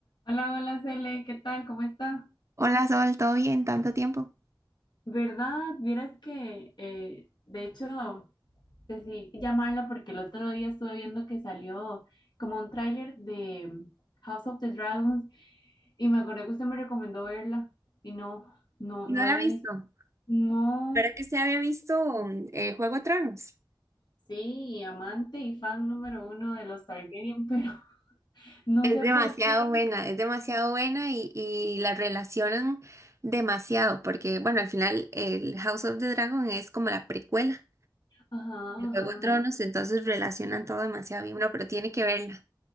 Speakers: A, on the left; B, on the right.
A: Hola, hola, Cele, ¿qué tal? ¿Cómo está?
B: Hola Sol, ¿todo bien? ¿Tanto tiempo?
A: ¿Verdad? Vieras que, eh, de hecho, decidí llamarla porque el otro día estuve viendo que salió como un tráiler de House of the Dragons y me acordé que usted me recomendó verla y no, no, no
B: No la
A: la
B: he visto.
A: he visto. No,
B: ¿Verdad que usted había visto mm, eh, Juego de Tronos?
A: sí, amante y fan número uno de los Targaryen, pero <laughs> no
B: Es
A: sé
B: demasiado
A: por qué.
B: buena, es demasiado buena y, y la relacionan demasiado, porque bueno, al final el House of the Dragon es como la precuela
A: Ajá,
B: de Juego
A: ajá.
B: de Tronos, entonces relacionan todo demasiado bien, no, pero tiene que verla.